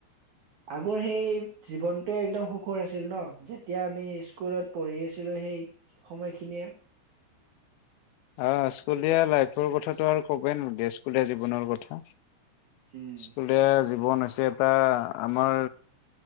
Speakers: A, on the right; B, on the left.
A: আগৰ সেই জীৱনটোৱে একদম সুখৰ আছিল। ন', যেতিয়া আমি স্কুলত পঢ়ি আছিলো সেই সময়খিনিয়ে।
B: অ', স্কুলীয়া লাইফ। তৰ কথাটো আৰু ক'বায়ে নালগে চো স্কুলীয়া জীৱনৰ কথা।
A: উম
B: স্কুলীয়া জীৱন হৈছে। টা আমাৰ।